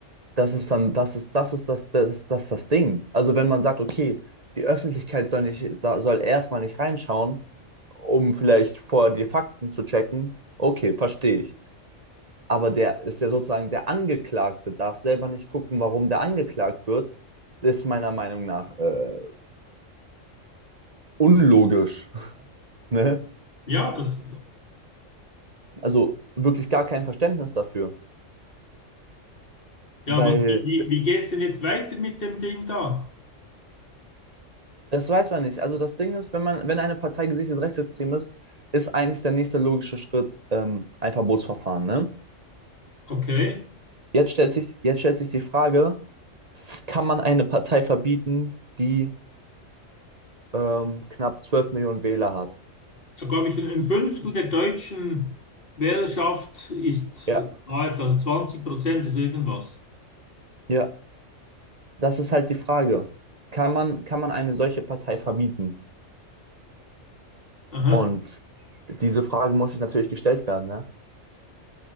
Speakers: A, on the right; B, on the left.
A: Das ist dann, das ist, das ist das, das, das, das Ding. Also wenn man sagt, okay, die Öffentlichkeit soll nicht, da soll erstmal nicht reinschauen, um vielleicht vorher die Fakten zu checken, okay, verstehe ich. Aber der ist ja sozusagen der Angeklagte, darf selber nicht gucken, warum der angeklagt wird, ist meiner Meinung nach äh, unlogisch. <laughs> Ne?
B: Ja, das,
A: Also wirklich gar kein Verständnis dafür.
B: ja,
A: Weil
B: aber wie, wie, wie gehst du denn jetzt weiter mit dem Ding da?
A: Das weiß man nicht. Also das Ding ist, wenn man, wenn eine Partei gesichert rechtsextrem ist, ist eigentlich der nächste logische Schritt ähm, ein Verbotsverfahren, ne?
B: Okay.
A: Jetzt stellt sich, jetzt stellt sich die Frage, kann man eine Partei verbieten, die ähm, knapp 12 Millionen Wähler hat?
B: Da glaube ich, ein ein Fünftel der deutschen Wählerschaft ist
A: Ja.
B: äh, AfD, also 20 Prozent ist irgendwas.
A: Ja, das ist halt die Frage. Kann man, kann man eine solche Partei verbieten?
B: Aha.
A: Und diese Frage muss sich natürlich gestellt werden, ne?